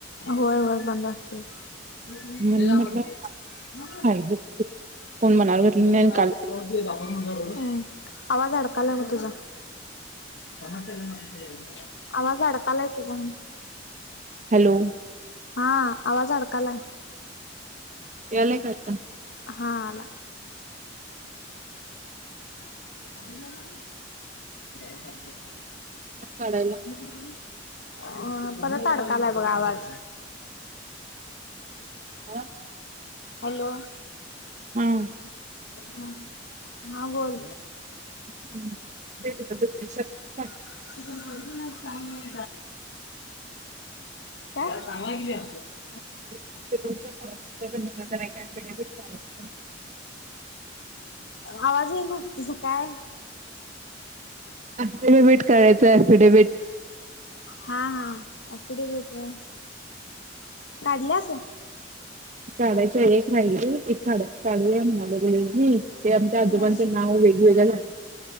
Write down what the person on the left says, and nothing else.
होय होय बंद असतंय लई
लांब
वर. <inaudible> मग
<inaudible> <unintelligible>
आवाज अडकालाय बघ तुझा समजतं का <inaudible> आवाज अडकायला तुझा
हा आवाज अडकायलाय
हा आला <unintelligible> <unintelligible> <unintelligible> <unintelligible>
अ परत अडकालाय बघ आवाज
हॅलो
ह ह हा बोल
<unintelligible> <unintelligible> काय काय <inaudible>
आवाज येईना तुझं काय
हा हा ॲॅफिडेवीट रं काढल्यासो?
हा